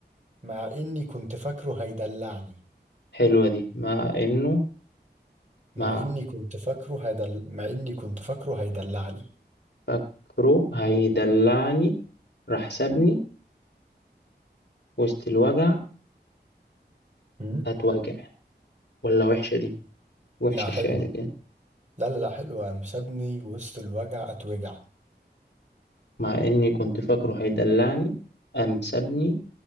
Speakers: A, on the right (about 40°); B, on the left (about 75°).
A: مع إني كنت فاكره هيدلعني
B: حلوة دي مع انه
A: مع
B: مع
A: اني كنت فاكره هيدل مع اني كنت فاكره هيدلعني
B: فكره هيدلعني راح سابني وسط الوجع
A: امم
B: هتوجع ولا وحشة دي وحشة
A: لا
B: الشعر
A: حلوة
B: كده
A: لا لا لا حلوة قام سابني وسط الوجع اتوجع
B: مع إني كنت فاكره هيدلعني قام سابني